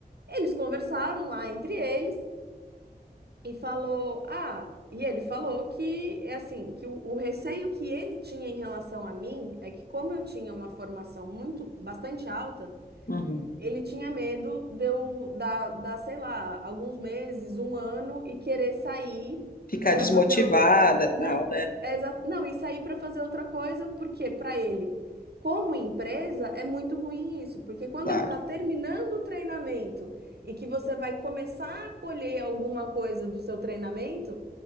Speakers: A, on the right; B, on the left.
A: eles conversaram lá entre eles e falou: Ah, e ele falou que é assim, que o, o receio que ele tinha em relação a mim é que, como eu tinha uma formação muito, bastante alta,
B: uhum.
A: ele tinha medo de eu dar, dar, sei lá, alguns meses, um ano e querer sair
B: ficar
A: para
B: desmotivada,
A: fazer.
B: tal,
A: Não,
B: né?
A: é exa- não, e sair para fazer outra coisa, porque para ele, como empresa, é muito ruim isso, porque quando
B: Claro,
A: ele está terminando o treinamento e que você vai começar a colher alguma coisa do seu treinamento,